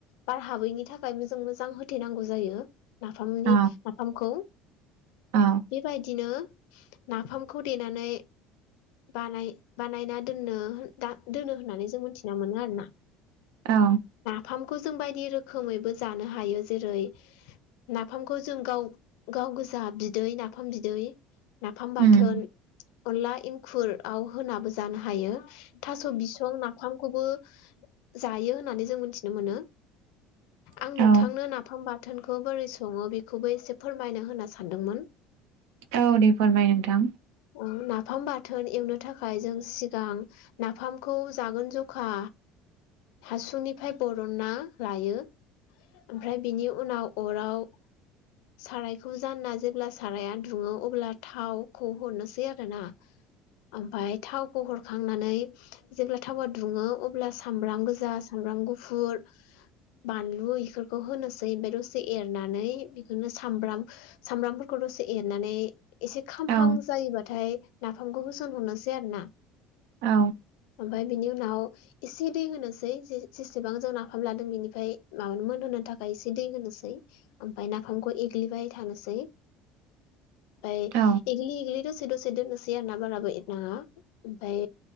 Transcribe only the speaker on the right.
औ
औ
अ
उम,
<inaudible>
औ
औ दे फोरमाय नोंथां
<inaudible>
औ
औ
औ